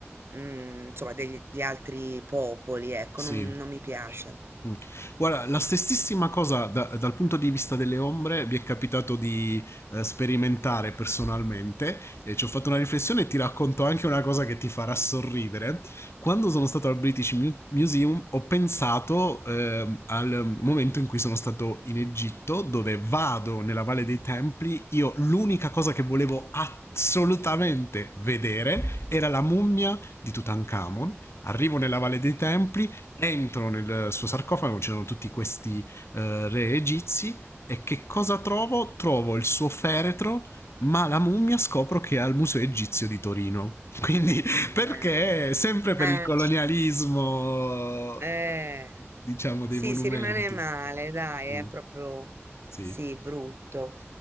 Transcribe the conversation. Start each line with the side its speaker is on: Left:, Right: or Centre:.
Right: mm, insomma, degli- di altri popoli, ecco,
Left: sì.
Right: non, non mi piace.
Left: Mm. Guarda, la stessissima cosa da- dal punto di vista delle ombre vi è capitato di eh, sperimentare personalmente e ci ho fatto una riflessione e ti racconto anche una cosa che ti farà sorridere. Quando sono stato al British Mu- Museum ho pensato ehm, al momento in cui sono stato in Egitto dove vado nella Valle dei Templi, io l'unica cosa che volevo assolutamente vedere era la mummia di Tutankhamon. Arrivo nella Valle dei Templi, Entro nel suo sarcofago, c'erano tutti questi eh, re egizi e che cosa trovo? Trovo il suo feretro, ma la mummia scopro che è al Museo Egizio di Torino. <laughs> Quindi
Right: Eh,
Left: perché sempre per
Right: eh,
Left: il colonialismo,
Right: eh,
Left: diciamo, dei
Right: sì,
Left: monumenti.
Right: si rimane male, dai,
Left: Sì,
Right: è proprio,
Left: sì,
Right: sì, brutto.